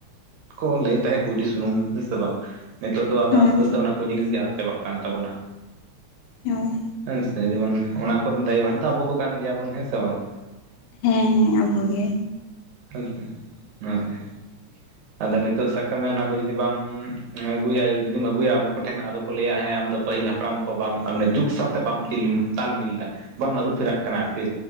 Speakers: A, on the right; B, on the left.
A: ᱠᱚ ᱞᱟᱹᱭ ᱛᱟᱦᱮᱜ ᱠᱩᱭᱰᱤ ᱥᱩᱱᱩᱢ ᱦᱮᱸ ᱥᱮ ᱵᱟᱝ ᱱᱤᱛᱳᱜ ᱫᱚ ᱟᱫᱚ
B: ᱦᱮᱸ
A: ᱟᱥᱛᱮ ᱟᱥᱛᱮ ᱚᱱᱟ ᱠᱚ ᱡᱤᱱᱤᱥ ᱜᱮ ᱟᱫ ᱪᱟᱵᱟᱜ ᱠᱟᱱ ᱛᱟᱵᱚᱱᱟ᱾
B: ᱦᱳᱭ
A: ᱦᱮᱸ ᱥᱮ ᱡᱮᱢᱚᱱ ᱚᱱᱟ ᱠᱚᱨᱮᱱ ᱫᱟᱭᱤ ᱵᱷᱟᱨ ᱫᱚ ᱟᱵᱚ ᱠᱚ ᱠᱟᱱ ᱜᱮᱭᱟᱵᱚᱱ ᱦᱮᱸ ᱥᱮ ᱵᱟᱝ?
B: ᱦᱮᱸ ᱦᱮᱸ ᱟᱵᱚ ᱜᱮ᱾
A: <unintelligible> ᱟᱫᱚ ᱱᱤᱛᱳᱜ ᱥᱟᱜ ᱠᱟᱜ ᱢᱮ ᱚᱱᱟ ᱠᱚ ᱡᱩᱫᱤ ᱵᱟᱢ ᱟᱹᱜᱩᱭᱟ ᱡᱩᱫᱤᱢ ᱟᱹᱜᱩᱭᱟ ᱟᱵᱚ ᱠᱚ ᱴᱷᱮᱱ ᱟᱫᱚ ᱠᱚ ᱞᱟᱹᱭᱟ ᱦᱮᱸ ᱟᱢᱫᱚ ᱯᱟᱹᱦᱤᱞ ᱦᱟᱯᱲᱟᱢ ᱠᱚ ᱵᱟᱢ ᱢᱟᱱᱮ ᱡᱩᱜᱽ ᱥᱟᱶᱛᱮ ᱵᱟᱢ <unintelligible> ᱛᱟᱞ ᱢᱤᱞ ᱫᱟ᱾ ᱵᱟᱢ ᱟᱨᱩ ᱯᱷᱮᱨᱟᱜ ᱠᱟᱱᱟ ᱟᱨᱠᱤ